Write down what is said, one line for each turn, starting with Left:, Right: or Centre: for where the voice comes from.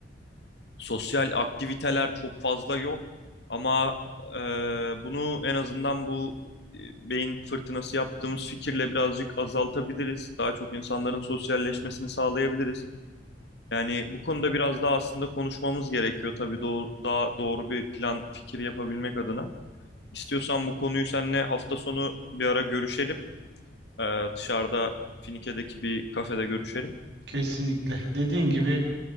Left: Sosyal aktiviteler çok fazla yok ama e, bunu en azından bu e, beyin fırtınası yaptığımız fikirle birazcık azaltabiliriz. Daha çok insanların sosyalleşmesini sağlayabiliriz. Yani bu konuda biraz daha aslında konuşmamız gerekiyor tabii doğ- daha doğru bir plan fikir yapabilmek adına. İstiyorsan bu konuyu seninle hafta sonu bir ara görüşelim. Ee, dışarıda Finike'deki bir kafede görüşelim.
Right: kesinlikle dediğin gibi